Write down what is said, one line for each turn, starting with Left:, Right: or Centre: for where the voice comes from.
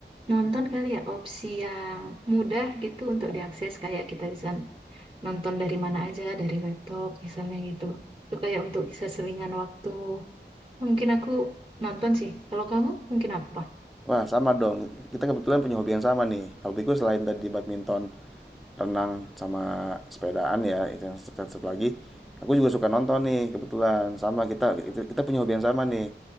Right: nonton kali ya opsi yang mudah gitu untuk diakses kayak kita bisa nonton dari mana aja dari laptop misalnya gitu itu kayak untuk bisa selingan waktu mungkin aku nonton sih kalau kamu mungkin apa
Centre: Wah, sama dong. Kita kebetulan punya hobi yang sama nih. Hobiku selain tadi badminton, renang, sama sepedaan ya, itu yang satu satu lagi. Aku juga suka nonton nih, kebetulan. Sama kita itu- kita punya hobi yang sama nih.